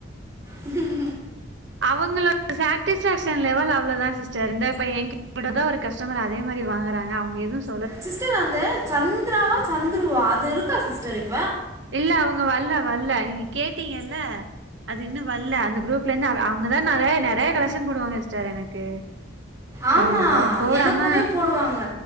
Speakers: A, on the right; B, on the right.
A: உஹம்
B: அவங்களோட சாட்டிஸ்ஃபேக்ஷன் லெவல் அவ்ளோதா சிஸ்டர் இந்த இப்ப ஏன்கி ட்ட கூடதா ஒரு கஸ்டமர் அதே மாரி வாங்கறாங்க அவங்க எதுவு சொ
A: சிஸ்டர் அந்த சந்திராவா சந்துருவா அது இரு க்கா சிஸ்டர் இப்
B: இல்ல அவங்க வல்ல வல்ல நீங்க கேட்டீங்கல்ல அது இன்னு வல்ல அந்த குரூப்ல இருந்து அவ அவங்கதா நெறைய நெறைய கலெக்ஷன் போடுவாங்க சிஸ்டர் எனக்கு.
A: ஆமா
B: பாவோ பாவோ போடாம
A: எனக்குமே போடுவாங்க